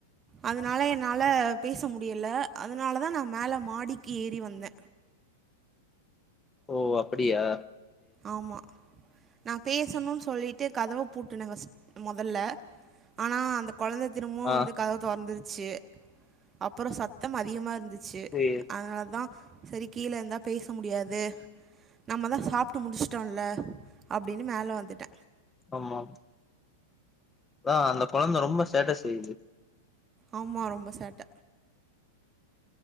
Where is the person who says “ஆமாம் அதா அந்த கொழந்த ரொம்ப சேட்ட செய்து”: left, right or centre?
Left